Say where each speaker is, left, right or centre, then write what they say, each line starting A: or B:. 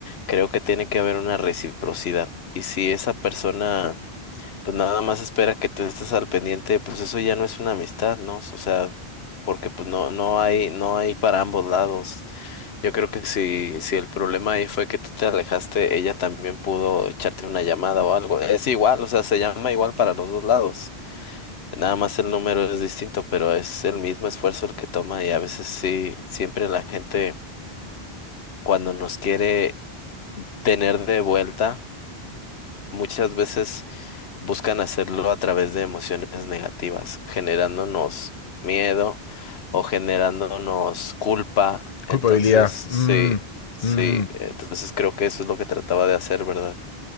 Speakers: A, on the left (about 80°); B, on the left (about 40°).
A: creo que tiene que haber una reciprocidad. Y si esa persona pues nada más espera que tú estés al pendiente, pues eso ya no es una amistad, ¿no? O sea, porque pues no, no hay, no hay para ambos lados. Yo creo que si, si el problema ahí fue que tú te alejaste, ella también pudo echarte una llamada o algo. Es igual, o sea, se llama igual para los dos lados. Nada más el número es distinto, pero es el mismo esfuerzo el que toma y a veces sí, siempre la gente cuando nos quiere tener de vuelta, muchas veces buscan hacerlo a través de emociones negativas, generándonos miedo o generándonos culpa. Entonces,
B: Culpabilidad.
A: sí,
B: mm,
A: sí,
B: mhm.
A: entonces creo que eso es lo que trataba de hacer, ¿verdad?